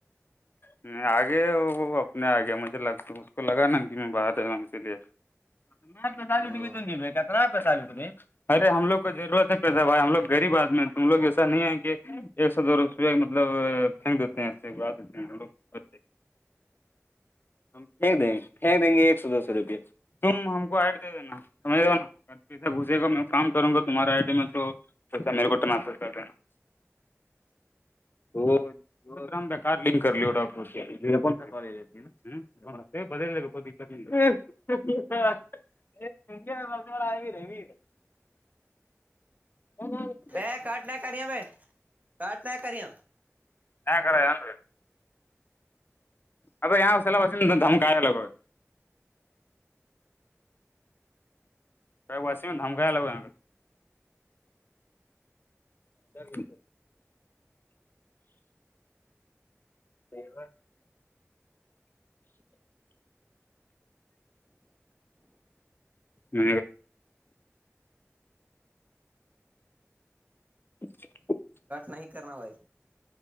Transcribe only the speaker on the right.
وہ
ب کٹ نہ کریا ب کٹ نہ کریا
نا کرنا بھائی